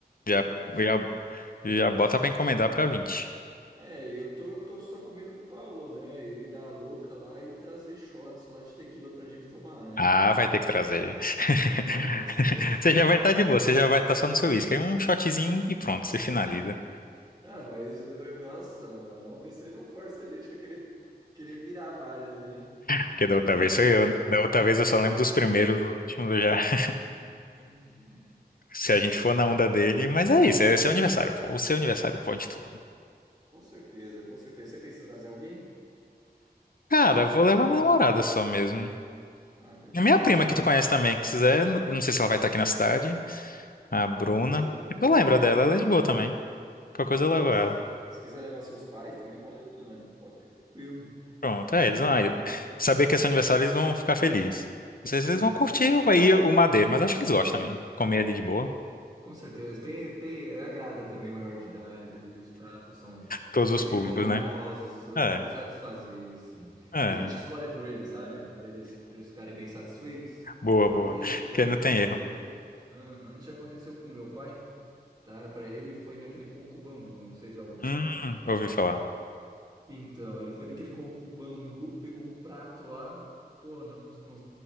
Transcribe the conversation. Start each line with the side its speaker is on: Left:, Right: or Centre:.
Left: Já,
Right: Ah, com certeza.
Left: já, já bota pra encomendar pra vinte
Right: É, eu tô, tô só com medo do Paulo, né? Ele dar a louca lá e trazer shots lá de tequila pra gente tomar, né?
Left: Ah, vai ter que trazer. <laughs>
Right: Nossa, mas.
Left: Você já
Right: Nossa.
Left: vai estar de boa, você já vai estar só no seu uísque. Aí um shotzinho e pronto, você finaliza.
Right: Ah, mas, eh, nossa, mano, vamos ver se ele não força a gente a querer, querer virar várias, né?
Left: Porque
Right: Que
Left: da
Right: é
Left: outra
Right: do jeito
Left: vez foi
Right: que ele
Left: eu.
Right: é.
Left: Da outra vez eu só lembro dos primeiros, dos últimos eu já. <laughs>
Right: Uhum.
Left: Se a gente for na onda dele. Mas é isso, é seu aniversário. pô. O seu aniversário pode tudo.
Right: Com certeza, com certeza. Você pensa em trazer alguém?
Left: Cara, eu vou levar minha namorada só mesmo.
Right: Ah, beleza,
Left: E a minha prima
Right: beleza.
Left: que tu conhece também, que quiser. eu Não sei se ela vai estar aqui na cidade.
Right: Ah,
Left: A Bruna.
Right: pode trazer, mano.
Left: Tu lembra dela, ela é de boa também. Qualquer
Right: Ah,
Left: coisa
Right: de boa,
Left: eu levo
Right: se,
Left: ela.
Right: se quiser levar seus pais também, pode levar, mano. Pode ficar tranquilo.
Left: Pronto, é, eles vão, saber que é seu aniversário, eles vão ficar felizes. Não sei se
Right: Ah,
Left: eles vão
Right: com...
Left: curtir o- aí o madeiro, mas acho que eles gostam também. Comer ali de boa.
Right: Com certeza. Tem, tem, agrada também maior de idade ali, os pratos são,
Left: Todos
Right: são
Left: os
Right: bem
Left: públicos,
Right: volumosos,
Left: né?
Right: so,
Left: É,
Right: vão satisfazer eles, sim.
Left: é.
Right: A gente escolhe por eles, sabe? Para eles, para eles ficarem bem satisfeitos.
Left: Boa,
Right: Porque,
Left: boa.
Right: é,
Left: Que não
Right: porque
Left: tem
Right: já,
Left: erro.
Right: acon- Aham, já aconteceu com meu pai, tá? Para ele foi naquele coco bambu, não sei se já ouviu
Left: Hum,
Right: falar.
Left: ouvi falar.
Right: Então, ele foi naquele coco bambu, pegou um prato lá, pô, não, não,